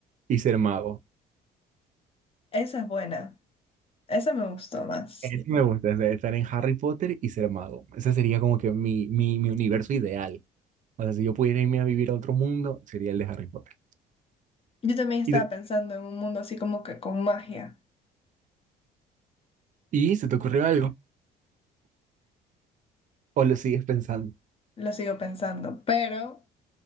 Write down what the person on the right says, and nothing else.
y ser mago.
Eso me gusta, o sea, estar en Harry Potter y ser mago. Ese sería como que mi, mi, mi universo ideal. O sea, si yo pudiera irme a vivir a otro mundo, sería el de Harry Potter.
¿Y, te-
y se te ocurrió algo? ¿O lo sigues pensando?